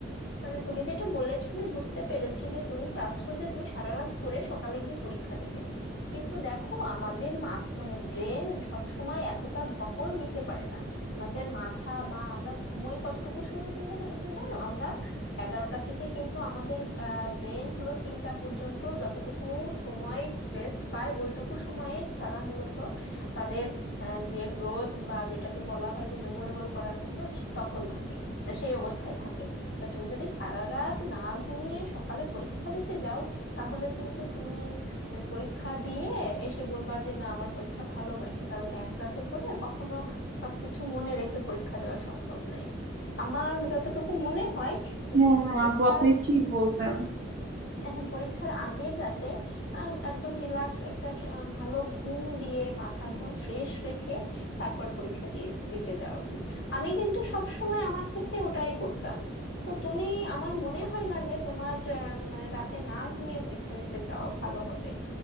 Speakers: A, on the left (about 60°); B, on the right (about 40°).
A: মানে তুমি যেটা বলেছো আমি বুঝতে পেরেছি যে তুমি চাচ্ছো যে তুমি সারা রাত পড়ে সকালে গিয়ে পরীক্ষা দেবে কিন্তু দেখো আমাদের মা- মানে ব্রেন সব সময় এতটা ধকল নিতে পারে না আমাদের মাথা বা আমরা ঘুমোই কতটুকু সময় তোমরা জা- তুমি জানো আমরা এগারোটা থেকে কিন্তু আমাদের ব্রেন হলো তিনটা পর্যন্ত যতটুকু সময় রেস্ট পায় ওইটুকু সময়ে তারা মূলত তাদের আহ, যে গ্রোথ বা যেটাকে বলা হয় যে মেমোরেবল করার মতো তখন থাকে মানে সেই অবস্থায় থাকে তা তুমি যদি সারা রাত না ঘুমিয়ে সকালে পরীক্ষা দিতে যাও তাহলে কিন্তু তুমি মানে পরীক্ষা দিয়ে এসে বলবা যে না আমার পরীক্ষা ভালো হয়নি কারণ এক রাতে পড়ে কখনো সবকিছু মনে রেখে পরীক্ষা দেওয়া সম্ভব নয় আমার যতটুকু মনে হয়
B: হ্যাঁ
A: যে
B: হ্যাঁ
A: পরীক্ষার
B: আপু আপনি ঠিক বলছেন
A: হ্যাঁ, পরীক্ষার আগের রাতে আম, একদম রিল্যাক্স একটা স- আহ, ভালো ঘুম দিয়ে মাথা একদম ফ্রেশ রেখে তারপর পরীক্ষা দিয়ে দিতে যাওয়া উচিত আমি কিন্তু সব সময় আমার ক্ষেত্রে ওটাই করতাম তো তুমি আমার মনে হয় না যে তোমার আহ, মানে রাতে না ঘুমিয়ে পরীক্ষা দিতে যাওয়া ভালো হবে